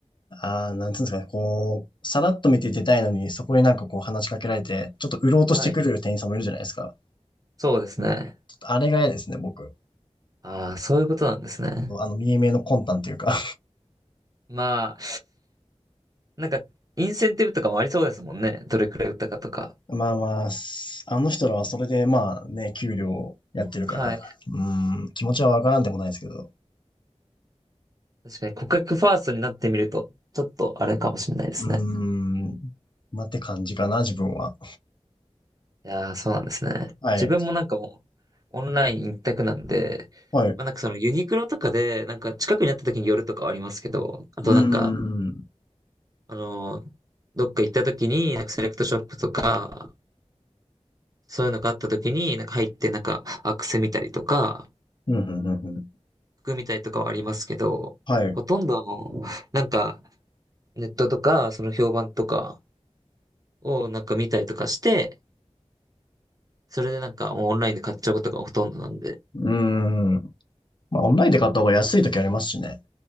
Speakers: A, on the left; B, on the right.
A: あー、なんつうんですかね。こう、さらっと見て出たいのに、そこになんかこう話しかけられて、ちょっと売ろうとしてくる店員さんもいるじゃないですか。
B: はい。そうですね。
A: ちょっとあれが嫌ですね、僕。
B: ああ、そういうことなんですね。
A: あの、見え見えの魂胆というか
B: まあ、なんか、インセンティブとかもありそうですもんね。どれくらい打ったかとか。
A: まあまあ、すあの人らはそれでまあね、給料やってるから、
B: はい。
A: うーん、気持ちはわからんでもないですけど、
B: 確かに、顧客ファーストになってみると、ちょっとあれかもしれないですね。
A: うーん、まあって感じかな、自分は。
B: いやー、そうなんですね。
A: はい。
B: 自分もなんかもう、オンライン一択なんで、
A: はい。う
B: まあなんかそのユニクロとかで、なんか近くにあった時に寄るとかはありますけど、あとなんか、
A: ーん。
B: あのーどっか行った時に、なんかセレクトショップとか、そういうのがあった時に、なんか入ってなんかアクセ見たりとか、
A: うん、うん、うん、うん。
B: 服見たりとかはありますけど、
A: はい。う
B: ほとんどはもう、なんかネットとか、その評判とかをなんか見たりとかして、それでなんかもうオンラインで買っちゃうことがほとんどなんで、
A: ーん。まあ、オンラインで買った方が安い時ありますしね。